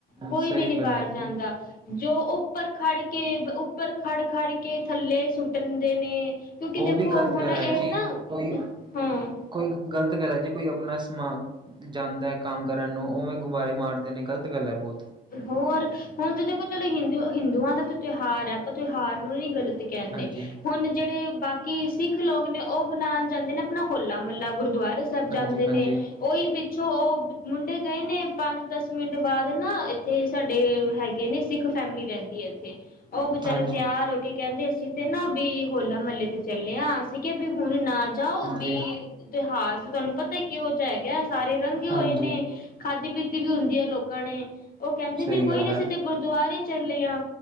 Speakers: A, on the left; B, on the right.
A: ਕੋਈ
B: ਸਹੀ
A: ਵੀ ਨੀ ਬਾਹਰ
B: ਗੱਲ ਹੈ ਜੀ
A: ਜਾਂਦਾ ਜੋ ਉੱਪਰ ਖੜ ਕੇ ਉੱਪਰ ਖੜ- ਖੜ ਕੇ ਥੱਲੇ ਸੁੱਟਦੇ ਨੇ ਕਿਉਂਕਿ
B: ਉਹ
A: ਦੇਖੋ
B: ਵੀ ਗ਼ਲਤ
A: ਹੁਣ
B: ਗੱਲ
A: ਇਹ
B: ਹੈ ਜੀ
A: ਨਾ
B: ਕੋਈ
A: ਹਾਂ
B: ਕੋਈ ਗ਼ਲਤ ਗੱਲ ਹੈ ਜੀ ਕੋਈ ਆਪਣਾ ਸਮਾਨ ਜਾਂਦਾ ਹੈ ਕੰਮ ਕਰਨ ਨੂੰ ਉਵੇਂ ਗੁਬਾਰੇ ਮਾਰਦੇ ਨੇ ਗ਼ਲਤ ਗੱਲ ਹੈ ਬਹੁਤ
A: ਹੋਰ ਹੁਣ ਤੇ ਦੇਖੋ ਚਲੋ ਹਿੰਦੂ ਹਿੰਦੂਆਂ ਦਾ ਤਾਂ ਤਿਉਹਾਰ ਹੈ ਆਪਾਂ ਤਿਉਹਾਰ ਨੂੰ ਨੀ ਗਲਤ ਕਹਿੰਦੇ
B: ਹਾਂਜੀ।
A: ਹੁਣ ਜਿਹੜੇ ਬਾਕੀ ਕਿ ਸਿੱਖ ਲੋਕ ਨੇ ਉਹ ਬਣਾਉਣ ਜਾਂਦੇ ਨੇ ਆਪਣਾ ਹੋਲਾ ਮਹਲਾ ਗੁਰਦੁਆਰੇ ਸਾਹਿਬ ਜਾਂਦੇ
B: ਹਾਂਜੀ ਹਾਂਜੀ।
A: ਨੇ ਉਹੀ ਪਿੱਛੋਂ ਉਹ ਮੁੰਡੇ ਗਏ ਨੇ ਪੰਜ ਦਸ ਮਿੰਟ ਬਾਅਦ ਨਾ ਇੱਥੇ ਸਾਡੇ ਹੈਗੇ ਨੇ ਸਿੱਖ ਫੈਮਿਲੀ ਰਹਿੰਦੀ ਹੈ ਇੱਥੇ ਉਹ ਵਿਚਚਾਰੇ
B: ਹਾਂਜੀ।
A: ਤਿਆਰ ਹੋ ਕੇ ਕਹਿੰਦੇ ਅਸੀਂ ਤੇ ਨਾ ਵੀ ਹੋਲਾ ਮਹੱਲੇ ਤੇ ਚੱਲੇ ਆ ਅਸੀਂ ਕਿਹਾ ਵੀ ਹੁਣ ਨਾ ਜਾਓ
B: ਹਾਂਜੀ।
A: ਵੀ ਇਤਿਹਾਸ ਤੁਹਾਨੂੰ ਪਤਾ ਕਿਹੋ ਜਿਹਾ ਹੈਗਾ ਸਾਰੇ ਰੰਗੇ ਹੋਏ
B: ਹਾਂਜੀ।
A: ਨੇ ਖਾਧੀ ਪੀਤੀ ਵੀ ਹੁੰਦੀ ਹੈ ਲੋਕਾਂ ਨੇ ਉਹ ਕਹਿੰਦੇ
B: ਸਹੀ
A: ਵੀ ਕੋਈ
B: ਗੱਲ
A: ਨੀ
B: ਹੈ।
A: ਅਸੀਂ ਤੇ ਗੁਰਦੁਆਰੇ ਚੱਲੇ ਹਾਂ